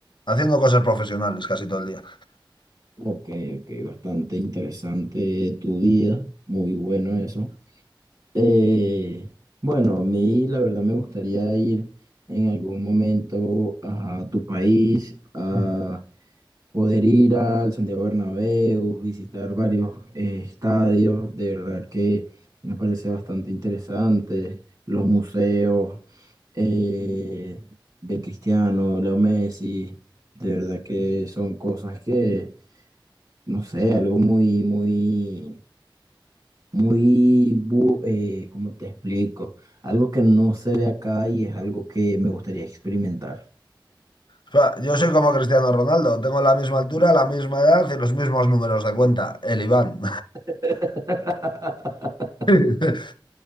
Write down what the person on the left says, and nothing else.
haciendo cosas profesionales casi todo el día.
<laughs>
O sea, yo soy como Cristiano Ronaldo, tengo la misma altura, la misma edad y los mismos números de cuenta, el Iván.
<laughs>